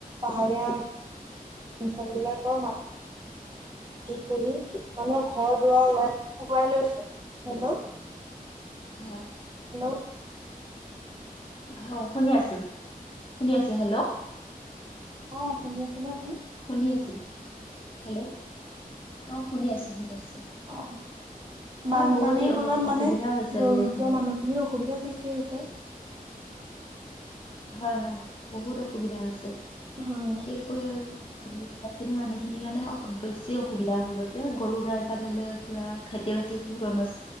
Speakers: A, on the right (about 30°); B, on the left (about 35°).
A: পাহাৰীয়া অ অঞ্চলবিলাকৰ মাত আতি কৰি মানুহক ঘৰ দুৱাৰ ৱ আকুৱাই লৈছে হেল্ল' হেল্ল'
B: হয় হয় শুনি আছো শুনি আছো হেল্ল'
A: অঁ, শুনি আছে নে আপুনি?
B: শুনি আছিলো হেল্ল'।
A: <inaudible>
B: অ শুনি আছো শুনি আছো।
A: অঁ,
B: হয়
A: বানপানীৰ
B: বহুত দি অ
A: ফলত মানে
B: অসুবিধা হৈছে
A: দৰিদ্ৰ
B: বৰষুণৰ
A: মানুহখিনি অস সুবিধাৰ সৃষ্টি হৈছে।
B: হয় হয় বহুত অসুবিধা হৈছে
A: হয়
B: বিশেষকৈ দুখীয়া শ্ৰেণীৰ মানুহ খিনিৰ কাৰণে বেছি অসুবিধা হৈ গৈছে গৰু গাই পা ধৰি ললে পুৰা খাদ্য তি অনু